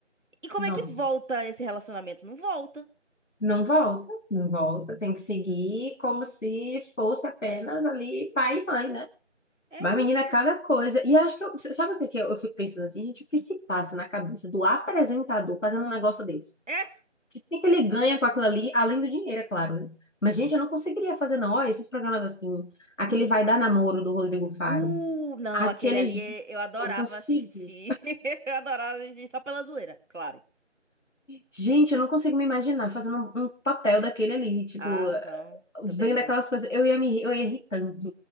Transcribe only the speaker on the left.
Nossa.
Não volta, não volta. Tem que seguir como se fosse apenas ali pai e mãe, né?
Mas, menina,
cada coisa. E acho que eu. Sabe o que que eu, eu fico pensando assim, gente? O que se passa na cabeça do apresentador fazendo um negócio desse? O
que que ele ganha com aquilo ali, além do dinheiro, é claro, né? Mas, gente, eu não conseguiria fazer, não. Olha, esses programas assim. Aquele
Vai Dar Namoro do Rodrigo Faro.
Aqueles.
Não consigo.
Gente, eu não consigo me imaginar fazendo um, um papel daquele ali. Tipo,
vendo
aquelas coisas. Eu ia me. Eu ia rir tanto.